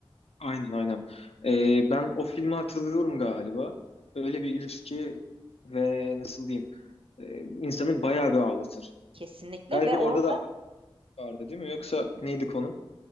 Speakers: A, on the left (about 85°); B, on the right (about 65°).
A: Aynen aynen. Ee, ben o filmi hatırlıyorum galiba. Öyle bir ilişki ve nasıl diyeyim e, insanı bayağı bir ağlatır.
B: Kesinlikle
A: Galiba
B: ve
A: orada
B: orada
A: da aşk vardı değil mi? Yoksa neydi konu?